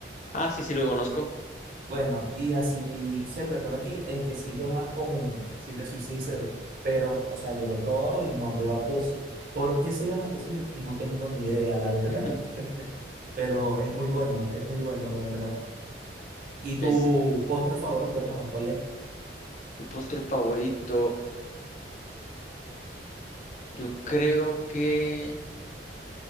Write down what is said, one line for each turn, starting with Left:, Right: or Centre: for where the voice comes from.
Left: Ah, sí, sí, lo conozco.
Right: Bueno, y así se prepara aquí el quesillo más común, si te soy sincero. Pero, o sea, yo lo he probado y no lleva queso. ¿Por qué se llama quesillo? No tengo ni idea, la verdad.
Left: <laughs>
Right: <laughs> Pero es muy bueno, es muy bueno, la verdad. ¿Y tu
Left: Es
Right: postre favorito, hermano, cuál es?
Left: mi postre favorito. Yo creo que...